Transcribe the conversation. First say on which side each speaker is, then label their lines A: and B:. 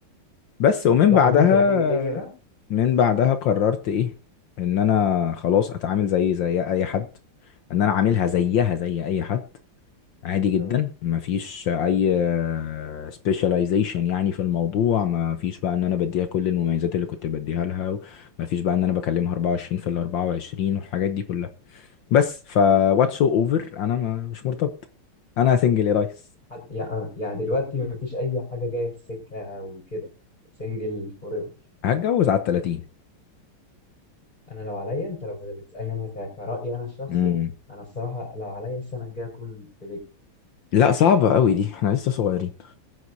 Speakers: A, on the left; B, on the left.
A: بس ومن
B: في اللحظه
A: بعدها
B: دي انت نهيت الدنيا بقى
A: من بعدها قررت ايه ان انا خلاص اتعامل زي زي اي حد ان انا عاملها زيها
B: اه
A: زي اي حد عادي جدا
B: اه
A: مفيش اي سبيشاليزيشن يعني في الموضوع مفيش بقى ان انا بديها كل المميزات اللي كنت بديها لها مفيش بقى ان انا بكلمها 24 في ال 24 والحاجات دي كلها بس ف واتس سو اوفر انا ما مش مرتبط انا سنجل يا ريس
B: حد... يع- آه. يعني دلوقتي مفيش اي حاجه جايه في السكه وكده سنجل فور ايفر
A: هتجوز على ال 30
B: انا لو عليا انت لو بتسالني انا ك... كرايي انا الشخصي
A: امم
B: انا الصراحه لو عليا السنه الجايه اكون في بيتي
A: لا صعبة قوي دي احنا لسه صغيرين